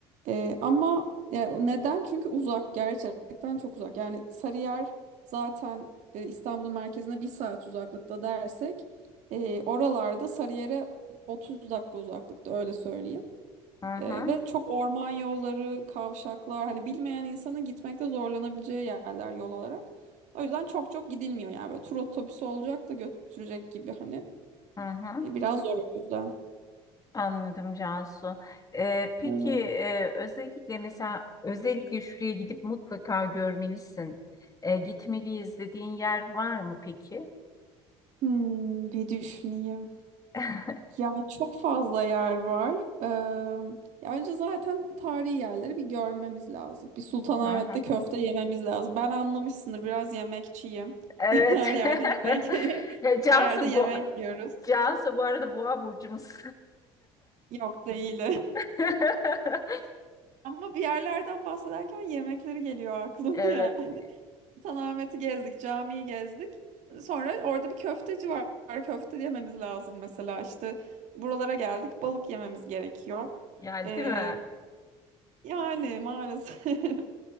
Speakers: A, on the right; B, on the left.
A: Ee, ama ya neden? Çünkü uzak gerçekten çok uzak. Yani Sarıyer zaten e, İstanbul'un merkezine bir saat uzaklıkta dersek e, oralarda Sarıyer'e 30 dakika uzaklıkta öyle söyleyeyim.
B: Hı hı
A: Ee, ve çok orman yolları, kavşaklar hani bilmeyen insanın gitmekte zorlanabileceği yerler yol olarak. O yüzden çok çok gidilmiyor yani böyle tur otobüsü olacak da götürecek gibi hani.
B: hı hı.
A: E, biraz zor o yüzden.
B: Anladım Cansu. Ee, peki
A: Evet.
B: e, özellikle mesela özellikle şuraya gidip mutlaka görmelisin. Ee, gitmeliyiz dediğin yer var mı peki?
A: Hmm, bir düşüneyim.
B: <laughs>
A: Yani çok fazla yer var. Ee, ya önce zaten tarihi yerleri bir görmemiz lazım. Bir Sultanahmet'te
B: Hı hı.
A: köfte yememiz lazım. Ben anlamışsındır biraz yemekçiyim. <laughs>
B: Evet.
A: Her
B: <laughs>
A: yerde yemek. <laughs>
B: Cansu
A: Her yerde yemek
B: bu
A: yiyoruz.
B: Cansu bu arada boğa burcumuz.
A: Yok değil.
B: <laughs>
A: <laughs> Ama bir yerlerden bahsederken yemekleri geliyor aklıma
B: Evet.
A: yani. <laughs> Sultanahmet'i gezdik, camiyi gezdik. Sonra orada bir köfteci var. Köfte yememiz lazım mesela işte. Buralara geldik, balık yememiz gerekiyor.
B: Yani
A: Ee,
B: değil mi?
A: yani maalesef. <laughs>